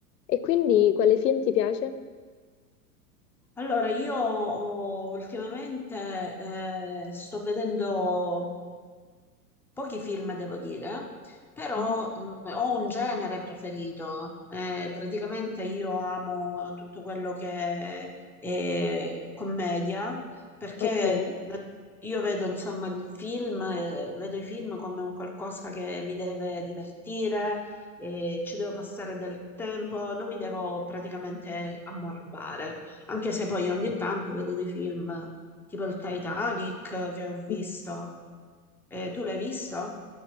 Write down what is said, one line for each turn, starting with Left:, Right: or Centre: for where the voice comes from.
Left: E quindi quale film ti piace?
Centre: Allora, io ho- ultimamente eh, sto vedendo pochi film, devo dire, però
Left: Mhm.
Centre: mm, ho un genere preferito. Eh, praticamente io amo tutto quello che è commedia, perché
Left: Ok.
Centre: io vedo, insomma, il film, eh, vedo i film come un qualcosa che mi deve divertire, eh, ci devo passare del tempo, non mi devo praticamente ammorbare. Anche se poi ogni tanto vedo dei film tipo il Titanic che ho visto.
Left: Mm.
Centre: Eh, tu l'hai visto?